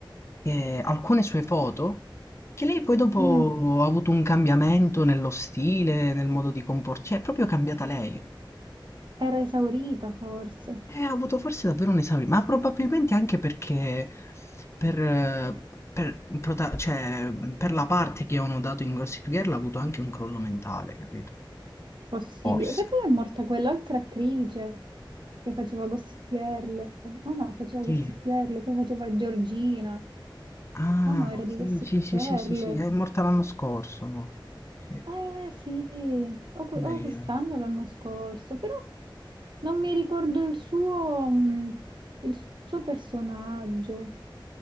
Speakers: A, on the left; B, on the right.
A: che alcune sue foto, che lei poi dopo
B: Mm,
A: ha avuto un cambiamento nello stile, nel modo di comportarsi, cioè è proprio cambiata lei.
B: Era esaurita, forse.
A: Eh, ho avuto forse davvero un esame, ma probabilmente anche perché per, eh, per il prota- cioè, per la parte che avevano dato in Gossip Girl ha avuto anche un crollo mentale, capito?
B: Possibile.
A: Forse.
B: Che poi è morta quell'altra attrice che faceva Gossip Girl. Oh no, faceva Gossip
A: Sì.
B: Girl, che faceva Georgina.
A: Ah,
B: Oh no, era di
A: sì,
B: Gossip
A: sì, sì,
B: Girl.
A: sì, sì, sì, è morta l'anno scorso, no? Sì,
B: Eh sì, o, que-
A: poverina.
B: o quest'anno o l'anno scorso, però non mi ricordo il suo, mh, il suo personaggio.